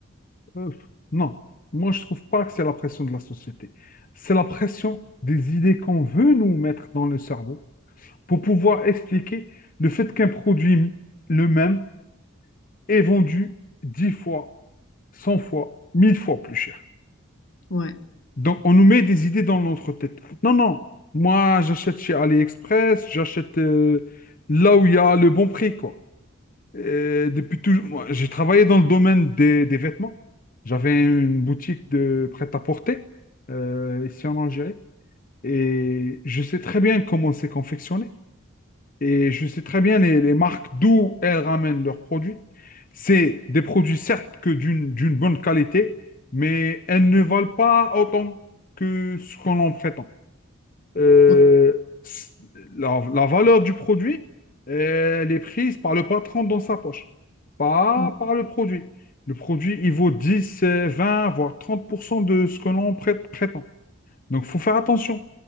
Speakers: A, on the left (about 40°); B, on the left (about 65°).
A: Euh, non, moi je trouve pas que c'est la pression de la société. C'est la pression des idées qu'on veut nous mettre dans le cerveau pour pouvoir expliquer le fait qu'un produit le même est vendu 10 fois, 100 fois, 1000 fois plus cher.
B: Ouais.
A: Donc on nous met des idées dans notre tête. Non, non, moi j'achète chez AliExpress, j'achète euh, là où il y a le bon prix, quoi. Euh, depuis toujours, moi, j'ai travaillé dans le domaine des, des vêtements. J'avais une boutique de prêt-à-porter euh, ici en Algérie et je sais très bien comment c'est confectionné et je sais très bien les, les marques d'où elles ramènent leurs produits. C'est des produits certes que d'une d'une bonne qualité, mais elles ne valent pas autant que ce qu'on en prétend euh,
B: Ouais.
A: la, la valeur du produit, euh, elle est prise par le patron dans sa poche, pas
B: Ouais.
A: par le produit. Le produit, il vaut 10, euh, 20, voire 30% de ce que l'on prête- prétend. Donc, faut faire attention.